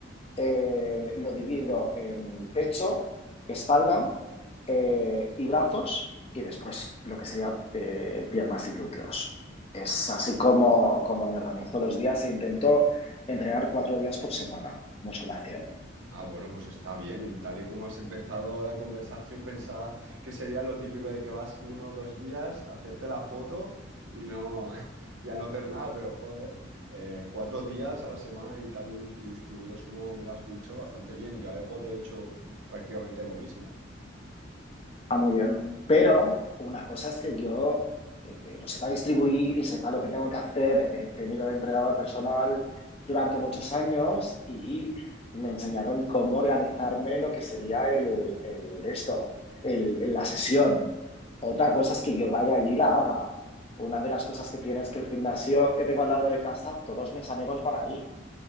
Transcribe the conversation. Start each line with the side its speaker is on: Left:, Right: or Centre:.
Left: eh, lo divido en pecho, espalda eh, y brazos y después lo que sería eh, piernas y glúteos. Es así como, como me organizo los días e intento entrenar cuatro días por semana musculación.
Right: Ah, bueno, pues está bien. Tal y como has empezado la conversación, pensaba que sería lo típico de que vas uno o dos días a hacerte la foto y no, <laughs> ya no hacer nada, pero joder, eh, cuatro días a la semana y tal, y distribuidos como me lo has dicho, bastante bien. Yo hago, de hecho, prácticamente lo mismo.
Left: Ah, muy bien. Pero una cosa es que yo eh, eh, lo sepa distribuir y sepa lo que tengo que hacer. eh, He tenido de entrenador personal durante muchos años y me enseñaron cómo organizarme lo que sería el, el de esto, el, el- la sesión. Otra cosa es que yo vaya allí y la haga. Una de las cosas que tiene es que el gimnasio que tengo al lado de casa, todos mis amigos van ahí